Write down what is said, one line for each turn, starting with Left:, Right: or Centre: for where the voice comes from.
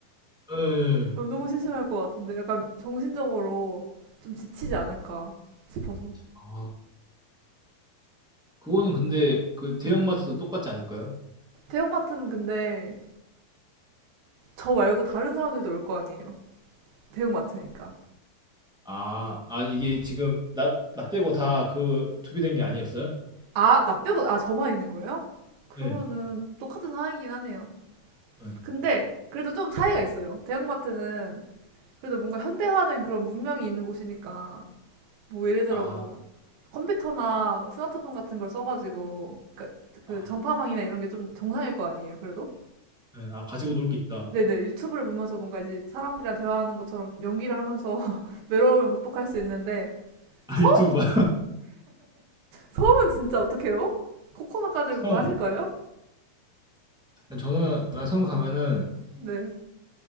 Centre: 예.
Right: 어, 너무 심심할 것 같은데 약간 정신적으로 좀 지치지 않을까 싶어서.
Centre: 아, 그거는 근데 그 대형마트도
Right: 네.
Centre: 똑같지 않을까요?
Right: 대형마트는 근데 저 말고 다른 사람들도 올 거 아니에요. 대형마트니까.
Centre: 아, 아 이게 지금 나, 나 빼고 다 그 준비된 게 아니었어요?
Right: 아, 나 빼고 아 저만 있는 거예요? 그러면은
Centre: 예,
Right: 똑같은 상황이긴 하네요.
Centre: 네,
Right: 근데 그래도 좀 차이가 있어요. 대형마트는 그래도 뭔가 현대화된 그런 문명이 있는 곳이니까 뭐 예를 들어
Centre: 아,
Right: 뭐 컴퓨터나 스마트폰 같은 걸 써가지고 그러니까 그
Centre: 아,
Right: 전파망이나 이런 게 좀 정상일 거 아니에요. 그래도
Centre: 네. 아, 가지고 놀 게 있다.
Right: 네네. 유튜브를 보면서 뭔가 이제 사람들이랑 대화하는 것처럼 연기를 하면서 <laughs> 외로움을 극복할 수 있는데
Centre: <laughs> 알투바,
Right: 섬? 섬은 진짜 어떡해요? 코코넛 가지고 그거
Centre: 섬.
Right: 하실 거예요?
Centre: 저는 만약 섬을 가면은
Right: 네.